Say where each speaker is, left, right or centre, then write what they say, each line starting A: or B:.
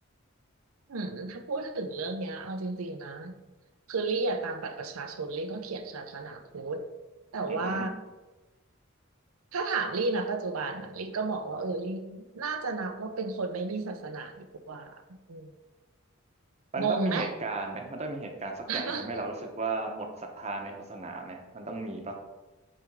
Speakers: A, on the right (about 85°); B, on the right (about 30°).
A: อืมถ้าพูดถึงเรื่องเนี้ยเอาจริงๆนะคือลี่อะตามบัตรประชาชนลี่ก็เขียนศาสนาพุทธแต่ว่า
B: อือฮึ
A: ถ้าถามลี่นะปัจจุบันอ่ะลี่ก็บอกว่าเออลี่น่าจะนับว่าเป็นคนไม่มีศาสนาดีกว่าอืม
B: มันต้องมีเหตุการณ์ไหมมันต้องมีเหตุการณ์สักอย่างที่ทำให้เรารู้สึกว่าหมดศรัทธาในศาสนาไหมมันต้องมีปะ
A: งงไหม <laughs>